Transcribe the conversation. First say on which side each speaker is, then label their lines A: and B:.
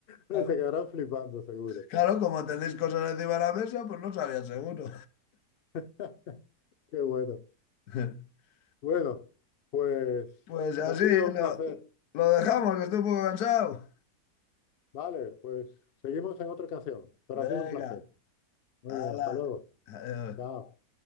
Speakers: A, on the left; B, on the left.
A: Se
B: Claro,
A: quedarán flipando, seguro.
B: claro, como tenéis cosas encima de la mesa, pues no sabía seguro.
A: <laughs> Qué bueno.
B: <laughs>
A: Bueno, pues
B: Pues así,
A: ha sido
B: lo,
A: un placer.
B: lo dejamos, que estoy un poco cansado.
A: Vale, pues seguimos en otra ocasión, pero
B: Venga,
A: ha sido un placer. Muy
B: hala.
A: bien, hasta luego.
B: Adiós.
A: Chao.